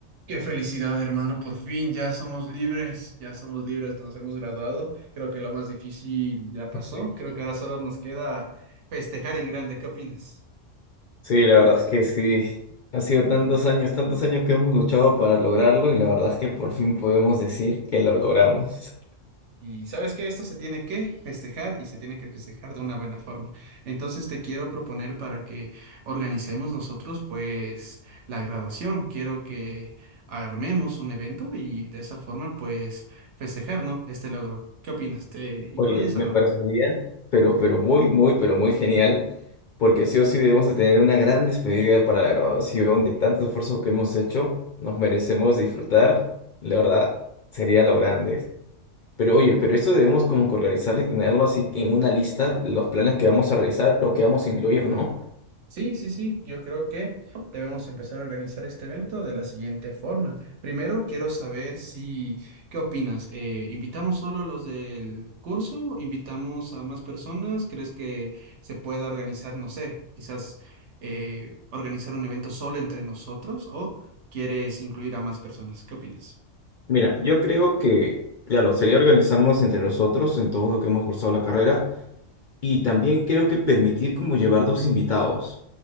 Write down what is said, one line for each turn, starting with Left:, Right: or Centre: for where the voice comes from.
Right: Qué felicidad, hermano, por fin ya somos libres, ya somos libres, nos hemos graduado. Creo que lo más difícil ya pasó,
Left: Sí,
Right: creo que ahora solo nos queda festejar en grande, ¿qué opinas?
Left: Sí, la verdad es que sí. Ha sido tantos años, tantos años que hemos luchado para lograrlo y la verdad es que por fin podemos decir que lo logramos.
Right: Y sabes que esto se tiene que festejar y se tiene que festejar de una buena forma. Entonces te quiero proponer para que organicemos nosotros pues la graduación. Quiero que armemos un evento y de esa forma pues festejar, ¿no? Este logro. ¿Qué opinas? ¿Te incluyes
Left: Oye, me
Right: o no?
Left: parecería, pero, pero muy, muy, pero muy genial, porque sí o sí debemos de tener una gran despedida para la graduación de tanto esfuerzo que hemos hecho. Nos merecemos disfrutar, la verdad, sería lo grande. Pero oye, pero esto debemos como que organizarlo y tenerlo así en una lista, los planes que vamos a realizar o que vamos a incluir, ¿no?
Right: Sí, sí, sí, yo creo que debemos empezar a organizar este evento de la siguiente forma. Primero, quiero saber si, ¿qué opinas? Eh, ¿invitamos solo a los del curso? ¿Invitamos a más personas? ¿Crees que se pueda organizar, no sé, quizás eh, organizar un evento solo entre nosotros o quieres incluir a más personas? ¿Qué opinas?
Left: Mira, yo creo que, claro, sería organizarnos entre nosotros en todo lo que hemos cursado la carrera y también creo que permitir como llevar dos invitados.